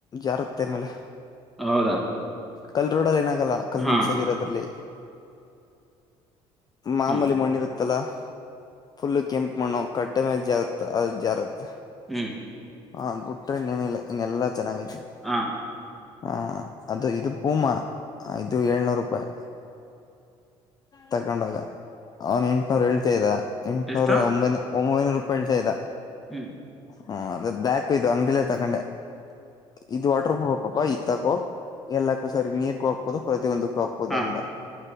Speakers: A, on the left; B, in the centre.
A: ಜಾರತ್ತೆ ಮೇಲೆ
B: ಹೌದಾ
A: ಕಲ್ ರೋಡಲ್ ಏನಾಗಲ್ಲ ಕಲ್
B: ಹಾ
A: ಮಿಕ್ಸ್ ಆಗಿರೋದ್ರಲ್ಲಿ ಮಾಮೂಲಿ
B: ಹಾ
A: ಮಣ್ಣಿರು ತ್ತಲ ಫುಲ್ ಕೆಂಪು ಮಣ್ಣು ಕಟ್ಟೆ ಮೇಲ್ ಜಾರತ್ ಅದು ಜಾರತ್ತ
B: ಹ್ಮ್
A: ಹಾ ಅ್ ಬಿಟ್ರಿ ಇನ್ೇನಿಲ್ಲ ಹಿಗೆಲ್ಲ ಚೆನ್ನಾಗೈಐತಿ
B: ಹಾಂ
A: ಹ ಅದು ಇದು ಪೂಮಾ ಇದು ಏಳ್ನೂರು ರೂಪಾಯಿ ತಕೊಂಡಾಗ ಅವನ್ ಎಂಟನೂರ್ ಹೇಳ್ತ್ದ ಎಂಟುನೂರ
B: ಎಷ್ಟು
A: ಒಂಬೈನ ಒಂಬೈನೂರು ರೂಪಾಯಿ ಉಲ್ಟ ಇದದ
B: ಹ್ಞೂ
A: ಹ ಅದ ಬ್ಲ್ಯಾಕ್ ಇದು ಅಂಗಡಿಲ್ಲ ತಕೊಂಡೆ ಇದು ವಾಟರ್ ಪ್ರೂಫ್ ಪಾಪಾ ಇತ್ತಕ್ಕೋ ಎಲ್ಲಕ್ಕೂ ಸರಿ ನೀರ್ಗೂ ಹಾಕ್ಬೋದು ಪ್ರತಿಯ ಒಂದಕ್ಕೂ ಹಾಕ್ಬೋದು
B: ಹಾ
A: ಅಂದ